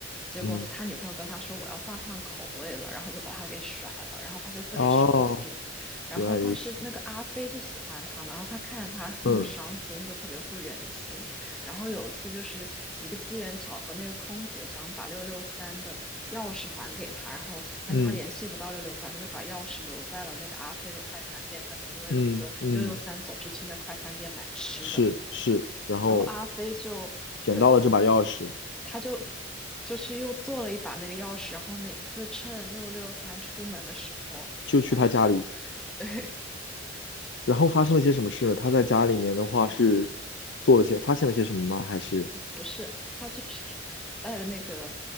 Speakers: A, in the centre; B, on the left (about 65°).
A: 结果他女朋友跟他说我要换换口味了，
B: 嗯，
A: 然后就把他给甩了，然后他就特别伤心。
B: 哦，
A: 然后，
B: 原来如此，
A: 但是那个阿飞就喜欢他嘛，然后他看着他那么伤心，
B: 嗯
A: 就特别不忍心，然后有一次就是一个机缘巧合，那个空姐想把六六三的钥匙还给他，然后但是他联系不到六六三，
B: 嗯
A: 他就把钥匙留在了那个阿飞的快餐店那里，因为那个六六三总是去那快餐店买吃的。
B: 嗯嗯，是是，然后
A: 然后阿飞就对，
B: 捡到了这把钥匙，
A: 他就就去又做了一把那个钥匙，然后每次趁六六三出门的时候，
B: 就去他家里，
A: 他就偷 <laughs>，对，
B: 然后发生了些什么事？他在家里面的话是做了些，发现了些什么吗？还是？
A: 不是，他就是在那个